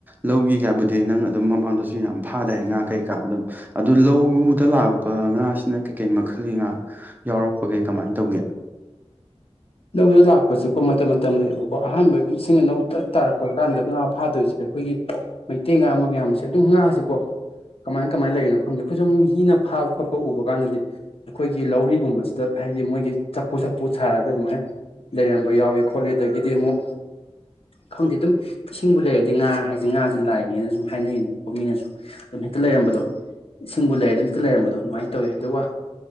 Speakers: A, on the right (about 15°); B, on the left (about 60°).
A: ꯂꯧꯒꯤꯒꯥꯕꯨꯗꯤ ꯗꯤ ꯅꯪ ꯑꯗꯨꯝ ꯃꯃꯥꯡꯗꯁꯨ ꯌꯥꯝ ꯐꯥꯗꯥꯏ ꯉꯥ ꯀꯩꯀꯥ ꯑꯗꯨꯝ ꯑꯗꯨ ꯂꯧꯗ ꯂꯥꯛꯄ ꯉꯥꯁꯤꯅ ꯀꯩꯀꯩ ꯃꯈꯜꯒꯤ ꯉꯥ ꯌꯥꯎꯔꯛꯄꯒꯦ ꯀꯃꯥꯏꯅ ꯇꯧꯒꯦ
B: ꯂꯧꯗ ꯂꯥꯛꯄꯁꯦ ꯑꯩꯈꯣꯏ ꯃꯇꯝ ꯃꯇꯝ ꯂꯩꯌꯦꯕꯀꯣ ꯑꯍꯥꯟꯕꯒꯤ ꯏꯁꯤꯡ ꯑꯅꯧ ꯇ ꯇꯥꯔꯛꯄ ꯀꯥꯟꯗ ꯉꯥ ꯐꯥꯗꯣꯏꯁꯦ ꯑꯩꯈꯣꯏꯒꯤ ꯃꯩꯇꯩ ꯉꯥ ꯃꯌꯥꯝꯁꯦ ꯑꯗꯨꯝ ꯉꯥꯁꯦꯀꯣ ꯀꯃꯥꯏ ꯀꯃꯥꯏꯅ ꯂꯩꯔꯤꯅꯣ ꯈꯪꯗꯦ ꯑꯩꯈꯣꯏ ꯁꯨꯝ ꯃꯤꯅ ꯐꯥꯕ ꯈꯣꯠꯄ ꯎꯕ ꯀꯥꯟꯗꯗꯤ ꯑꯩꯈꯣꯏꯒꯤ ꯂꯧꯔꯤꯒꯨꯝꯕꯁꯤꯗ ꯍꯥꯏꯗꯤ ꯃꯣꯏꯒꯤ ꯆꯐꯨ ꯆꯐꯨ ꯁꯥꯔꯒ ꯑꯗꯨꯃꯥꯏꯅ ꯂꯩꯔꯝꯕ ꯌꯥꯎꯏ ꯈꯣꯠꯂꯤ ꯑꯗꯒꯤꯗꯤ ꯑꯃꯨꯛ ꯈꯪꯗꯦ ꯑꯗꯨꯝ ꯏꯁꯤꯡꯕꯨ ꯂꯩꯔꯗꯤ ꯉꯥ ꯍꯥꯏꯁꯦ ꯉꯥꯁꯦ ꯂꯥꯏꯅꯦꯅ ꯁꯨ ꯍꯥꯏꯅꯩꯅꯦꯕꯀꯣ ꯃꯤꯅꯁꯨ ꯑꯗꯨꯝ ꯍꯦꯛꯇ ꯂꯩꯔꯝꯕꯗꯣ ꯏꯁꯤꯡꯕꯨ ꯂꯩꯔ ꯑꯗꯨꯝ ꯍꯦꯛꯇ ꯂꯩꯔꯝꯕꯗꯣ ꯑꯗꯨꯃꯥꯏꯅ ꯇꯧꯋꯦ ꯑꯗꯨꯒ